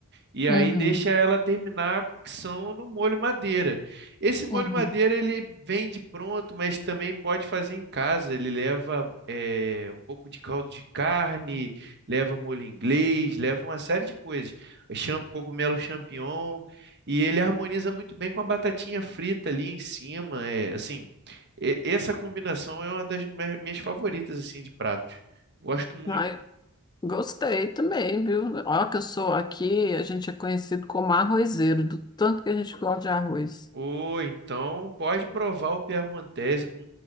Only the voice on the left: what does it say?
uhum,
uhum.
Ai, gostei também, viu? Ó, que eu sou aqui, a gente é conhecido como arrozeiro, do tanto que a gente gosta de arroz.